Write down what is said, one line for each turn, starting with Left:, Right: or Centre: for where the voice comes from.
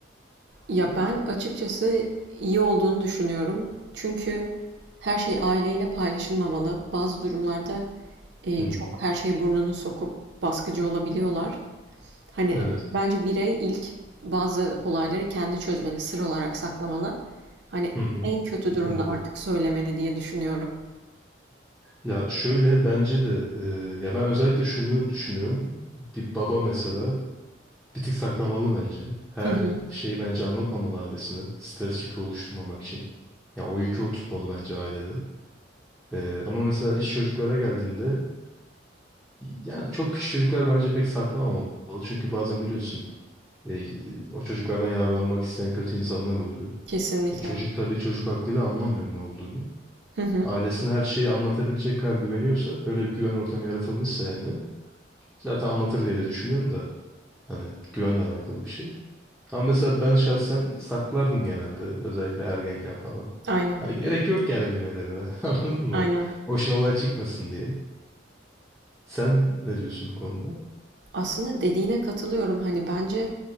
Right: Ya ben açıkçası iyi olduğunu düşünüyorum. Çünkü her şey aileyle paylaşılmamalı. Bazı durumlarda e,
Centre: Hı hı.
Right: çok her şeyi burnunu sokup baskıcı olabiliyorlar. Hani
Centre: Evet.
Right: bence birey ilk bazı olayları kendi çözmeli, sır olarak saklamalı. Hani
Centre: Hı hı.
Right: en kötü
Centre: Kesinlikle.
Right: durumda artık söylemeli diye düşünüyorum.
Centre: Ya şöyle bence de e, ya ben özellikle şunu düşünüyorum. Bir baba mesela bir tık saklamalı bence. Her
Right: Hı hı,
Centre: şeyi bence anlatmamalı ailesine. Stres yükü oluşturmamak için. Ya o yükü o tutmalı bence ailede. E, ama mesela iş çocuklara geldiğinde Yani çok küçük çocuklar bence pek saklamamalı. Çünkü bazen biliyorsun e, o çocuklardan yararlanmak isteyen kötü insanlar oluyor.
Right: kesinlikle.
Centre: E, çocuk tabii çocuk aklıyla anlamıyor ne olduğunu.
Right: Hı hı,
Centre: Ailesine her şeyi anlatabilecek kadar güveniyorsa, öyle bir güven ortamı yaratılmışsa yani zaten anlatır diye de düşünüyorum da hani güvenle alakalı bir şey. Ama mesela ben şahsen saklardım genelde özellikle ergenken falan.
Right: aynen,
Centre: Hani gerek yok yani bilmelerine <laughs> anladın mı?
Right: aynen.
Centre: Boşuna olay çıkmasın diye. Sen ne diyorsun bu konuda?
Right: Aslında dediğine katılıyorum. Hani, bence